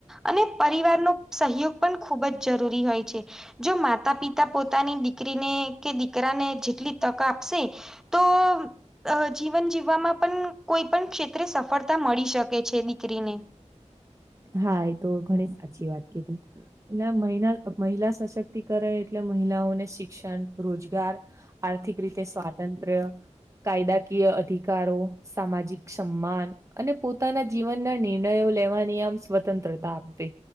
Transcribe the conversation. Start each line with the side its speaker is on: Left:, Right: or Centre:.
Centre: અને પરિવારનો સહયોગ પણ ખૂબ જ જરૂરી હોય છે. જો માતા પિતા પોતાની દીકરીને કે દીકરાને જેટલી તક આપશે તો <inaudible> અ જીવન જીવવામાં પણ કોઈ પણ ક્ષેત્રે સફળતા મળી શકે છે દીકરીને
Right: હા એ તો ઘણી સાચી વાત કીધી એટલે મહિલા મહિલા સશક્તિકરણ એટલે - મહિલાઓને શિક્ષણ રોજગાર આર્થિક રીતે સ્વાતંત્ર કાયદાકીય અધિકારો સામાજિક સન્માન અને પોતાના જીવનના નિર્ણયો લેવાની આમ સ્વતંત્રતા આપવી